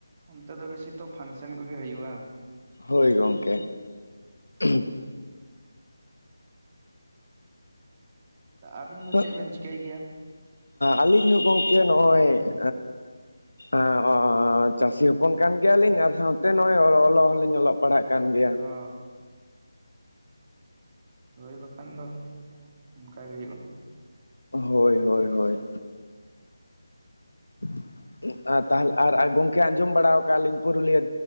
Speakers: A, on the right (about 25°); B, on the left (about 70°).
A: ᱚᱱᱛᱮ ᱫᱚ ᱵᱮᱥᱤ ᱛᱚ ᱯᱷᱟᱱᱥᱮᱱ ᱠᱚᱜᱮ ᱦᱳᱭᱳᱼᱟ᱾
B: ᱦᱳᱭ ᱜᱚᱝᱠᱮ᱾ ᱚᱸ ᱦᱩᱸ
A: ᱟᱵᱤᱱ ᱫᱚ
B: ᱛᱚ
A: ᱪᱮᱫ ᱵᱮᱱ ᱪᱤᱠᱟᱹᱭ ᱜᱮᱭᱟ?
B: ᱟᱹᱞᱤᱧ ᱦᱚᱸ ᱜᱚᱝᱠᱮ ᱱᱚᱜᱼᱚᱭ ᱮᱸ ᱚᱸ ᱚᱸ ᱚᱸᱪᱟᱹᱥᱤ ᱦᱚᱯᱚᱱ ᱠᱟᱱ ᱜᱮᱭᱟᱞᱤᱧ ᱟᱨ ᱥᱟᱶᱛᱮ ᱱᱚᱜᱼᱚᱭ ᱚᱞᱚᱜ ᱦᱚᱞᱤᱧ ᱚᱞᱚᱜ ᱯᱟᱲᱦᱟᱜ ᱠᱟᱱ ᱜᱮᱭᱟ᱾
A: ᱚ ᱦᱳᱭ ᱵᱟᱠᱷᱟᱱ ᱫᱚ ᱚᱱᱠᱟ ᱜᱮ ᱦᱩᱭᱩᱜᱼᱟ᱾
B: ᱦᱳᱭ ᱦᱳᱭ ᱦᱳᱭ᱾ <inaudible> ᱛᱟᱦᱚᱞᱮ ᱟᱨ ᱜᱚᱢᱠᱮ ᱟ ᱟᱸᱡᱚᱢ ᱵᱟᱲᱟ ᱠᱟᱜ ᱞᱤᱧ ᱯᱩᱨᱩᱞᱤᱭᱟᱹ